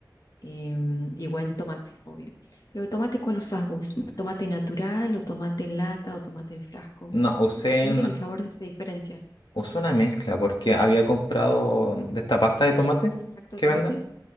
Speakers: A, on the left (about 55°); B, on the left (about 80°).
A: eh, y buen tomate, obvio. Pero tomate, ¿cuál usás vos? ¿Tomate natural o tomate en lata o tomate en frasco?
B: No, usé
A: Porque viste
B: una,
A: que el sabor se diferencia.
B: usé una mezcla porque había comprado de esta pasta de tomate
A: ¿Extracto
B: que
A: de tomate?
B: venden.